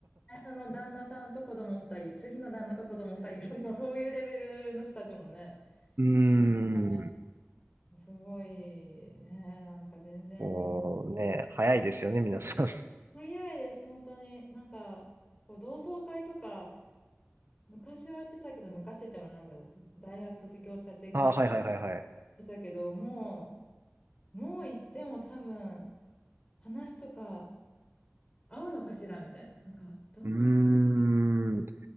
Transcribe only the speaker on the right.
うーん。
こうね、
早いですよね、皆さん。<laughs>
あ、はいはいはいはい。
うーん。